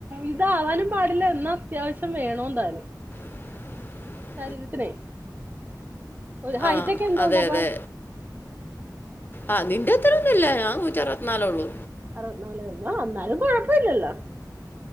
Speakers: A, on the right (about 25°); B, on the left (about 30°).
A: ഇതാവാനും പാടില്ല എന്നാ അത്യാവശ്യം വേണന്താലും
B: <inaudible>
A: ശരീരത്തിനെ ഒരു ഹൈറ്റ്
B: ആഹ്
A: ഒക്കെ എന്തുകൊണ്ടപ്പ
B: അതെ അതെ ആഹ് നിന്റെ അത്ര ഒന്നുമില്ല ഞാൻ നൂറ്റ അറുപത്തിനാലേ ഉള്ളൂ
A: അറുപത്തിനാല് ഉള്ള എന്നാലും കുഴപ്പമില്ലല്ലോ